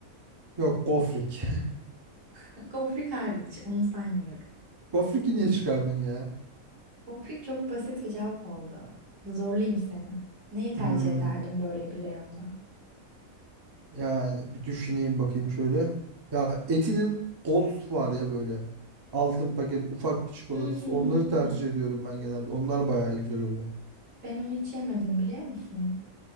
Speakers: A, on the right; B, on the right.
A: Yok gofrik.
B: <laughs> Gofrik hariç onu saymıyorum.
A: <laughs> Gofrik'i niye çıkardın ya?
B: Poprik çok basit bir cevap oldu. Zorlayayım seni. Neyi tercih
A: Hmm,
B: ederdin böyle bir reyonda?
A: yani bir düşüneyim bakayım şöyle. Ya Eti'nin Gold var ya böyle. Altın paket ufak bir çikolatası.
B: Hmm,
A: Onları tercih ediyorum ben genelde. Onlar bayağı güzel oluyor.
B: ben onu hiç yemedim biliyor musun?